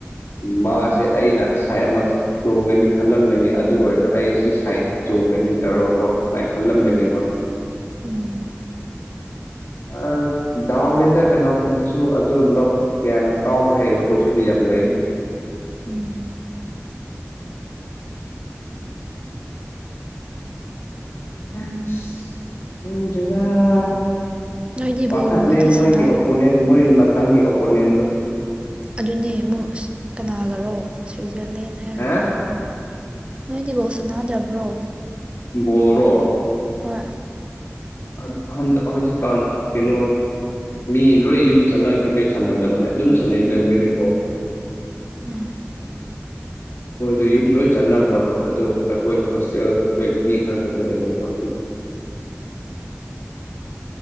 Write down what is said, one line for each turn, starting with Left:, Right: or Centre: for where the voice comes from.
Left: ꯃꯥꯁꯦ ꯑꯩꯅ ꯁꯥꯏꯠ ꯑꯃ ꯆꯣꯡꯒꯅꯤ ꯈꯜꯂꯝꯒꯅꯤ ꯑꯗꯨ ꯑꯣꯏꯔꯁꯨ ꯑꯩ ꯁꯤ ꯁꯥꯏꯠ ꯆꯣꯡꯒꯅꯤ ꯇꯧꯔꯒꯕꯣ ꯁꯨꯃꯥꯏꯅ ꯈꯜꯂꯝꯒꯅꯦꯕ
Right: ꯎꯝ ꯎꯝ
Left: ꯑꯁ ꯗꯥꯎꯅꯤꯗ ꯄꯦꯅꯥꯜꯇꯤꯁꯤꯁꯨ ꯑꯗꯨ ꯂꯧ ꯌꯥꯝ ꯀꯥꯎꯕ ꯍꯩꯕ ꯃꯣꯏꯁꯨꯗꯤ ꯌꯥꯝ ꯂꯩ
Right: ꯎꯝ
Left: ꯍꯥꯏꯁ <unintelligible>
Right: ꯅꯣꯏꯗꯤ
Left: ꯄꯥꯈꯠꯂꯦ
Right: ꯕꯣꯜꯒꯨꯝꯕꯗꯤ
Left: ꯃꯣꯏꯒꯤ
Right: ꯁꯥꯟꯅꯗ꯭ꯔꯣ
Left: ꯑꯣꯄꯣꯅꯦꯟ ꯃꯣꯏꯒꯤ ꯃꯊꯪꯒꯤ ꯑꯣꯄꯣꯅꯦꯟꯗ‌‌ꯣ
Right: ꯑꯗꯨꯅꯦ ꯑꯃꯨꯛ ꯑꯁ‌ ꯀꯅꯥꯒꯔꯣ ꯁ꯭ꯋꯤꯠꯖꯔꯂꯦꯟ ꯍꯥꯏꯔꯣ
Left: ꯍꯥ
Right: ꯅꯣꯏ ꯗꯤ ꯕ‌ꯣꯜ ꯁꯅꯥꯗ꯭ꯔꯕ꯭ꯔꯣ
Left: ꯕ‌ꯣꯜꯔꯣ
Right: ꯍꯣꯏ
Left: ꯍꯟ ꯍꯟꯇꯛ ꯍꯧꯖꯤꯛꯟ ꯀꯩꯅꯣ ꯃꯤ ꯂꯣꯏ ꯌꯨꯝ ꯆꯠꯅꯈꯤꯕꯩ ꯁꯥꯟꯅꯗꯕꯅꯦ ꯑꯗꯨꯝ ꯁꯥꯟꯅꯩꯗꯣ ꯑꯩꯈꯣꯏꯗꯤ ꯀ‌‌ꯣ
Right: ꯎꯝ
Left: ꯃꯣꯏ ꯑꯗꯨ ꯌꯨꯝ ꯂꯣꯏ ꯆꯠꯅꯈ꯭ꯔꯕ ꯑꯗꯣ ꯑꯩꯈꯣꯏ ꯍꯣꯁꯇꯦꯜ ꯑꯩꯈꯣꯏ ꯃꯤ ꯈꯔ ꯈꯛꯇ ꯂꯩꯍꯧꯕ
Right: <inaudible>